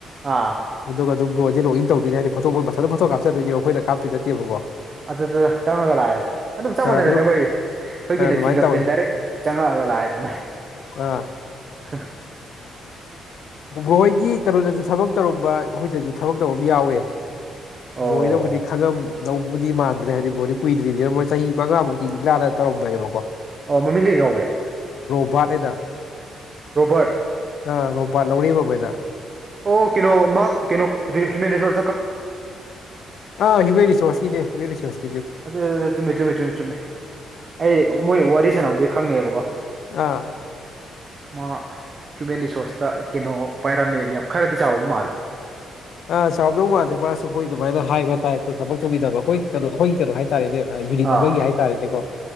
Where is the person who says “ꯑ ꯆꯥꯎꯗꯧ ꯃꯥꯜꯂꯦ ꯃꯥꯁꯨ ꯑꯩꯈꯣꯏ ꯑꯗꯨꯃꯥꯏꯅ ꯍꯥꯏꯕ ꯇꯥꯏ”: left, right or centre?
Left